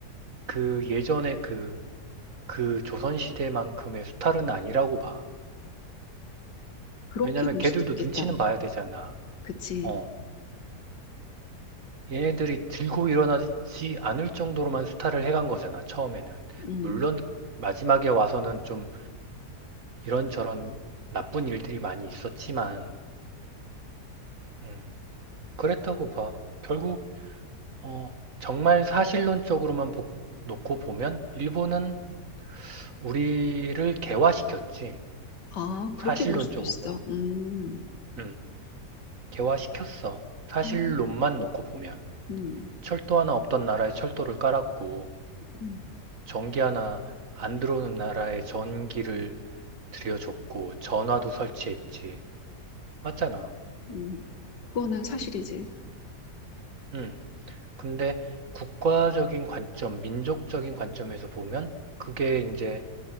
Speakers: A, on the right; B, on the left.
A: 그 예전에 그, 그 조선시대만큼의 수탈은 아니라고 봐.
B: 그렇게
A: 왜냐면
B: 볼
A: 걔들도
B: 수도 있겠다.
A: 눈치는 봐야 되잖아.
B: 그치?
A: 어. 얘네들이 들고 일어나지 않을 정도로만 수탈을 해간 거잖아, 처음에는.
B: 음,
A: 물론 마지막에 와서는 좀 이런저런 나쁜 일들이 많이 있었지만, 음, 그랬다고 봐. 결국, 어, 정말 사실론적으로만 보- 놓고 보면 일본은 우리를 개화시켰지.
B: 아, 그렇게
A: 사실론적으로.
B: 볼 수도 있어. 음,
A: 음, 개화시켰어. 사실론만
B: 음,
A: 놓고 보면.
B: 음,
A: 철도 하나 없던 나라에 철도를 깔았고,
B: 음,
A: 전기 하나 안 들어오는 나라에 전기를 들여줬고, 전화도 설치했지. 맞잖아.
B: 음. 그거는 사실이지.
A: 음, 근데 국가적인 관점, 민족적인 관점에서 보면, 그게 이제